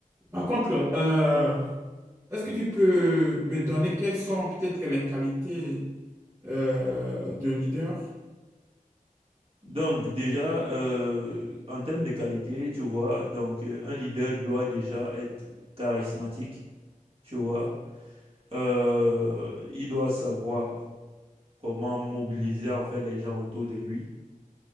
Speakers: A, on the right; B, on the right.
A: Par contre, euh, Est-ce que tu peux me donner quelles sont peut-être les qualités euh, d'un leader?
B: Donc, déjà, euh, en termes de qualité, tu vois, donc euh, un leader doit déjà être charismatique, tu vois. Euh, il doit savoir comment mobiliser en fait les gens autour de lui